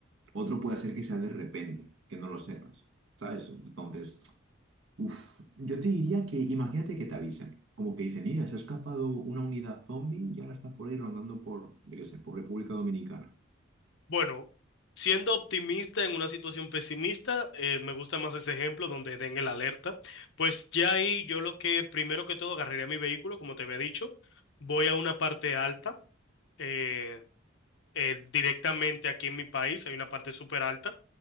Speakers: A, on the right; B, on the left.
A: Otro puede ser que sea de repente, que no lo sepas. ¿Sabes? Entonces, uff, yo te diría que imagínate que te avisen. Como que dicen, mira, se ha escapado una unidad zombie y ahora está por ahí rondando por, yo qué sé, por República Dominicana.
B: Bueno, siendo optimista en una situación pesimista, eh, me gusta más ese ejemplo donde den el alerta. Pues ya ahí yo lo que primero que todo agarraría mi vehículo, como te había dicho, voy a una parte alta. eh, eh, directamente aquí en mi país hay una parte súper alta